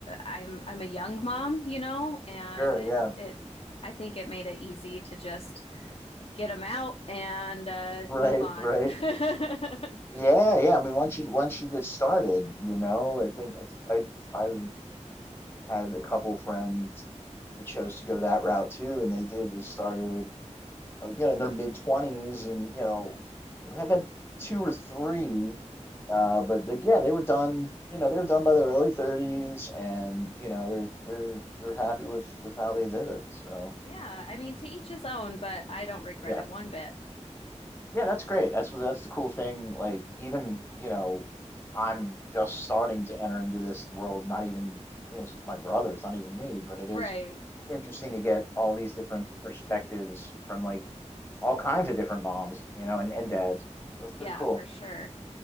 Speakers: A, on the left (about 50°); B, on the left (about 20°).
A: I'm I'm a young mom, you know, and
B: Sure,
A: it
B: yeah,
A: it I think it made it easy to just get them out and uh
B: right,
A: move on.
B: right.
A: <laughs>
B: Yeah, yeah. I mean, once you once you get started, you know, I think I I had a couple friends that chose to go that route too, and they did. They started, uh, you know, in their mid twenties, and you
A: hmm
B: know, I've had two or three, uh, but they, yeah, they were done. You know, they were done by their early thirties, and you know, they're they're they're happy with with how they did it. So
A: Yeah, I mean, to each his own, but I don't regret
B: yeah,
A: it one bit.
B: Yeah, that's great. That's that's the cool thing. Like even, you know, I'm just starting to enter into this world, not even, you know, it's just my brother, it's not even me, but it
A: Right.
B: is interesting to get all these different perspectives from like all kinds of different moms, you know, and, and dads. So that's pretty
A: Yeah,
B: cool.
A: for sure.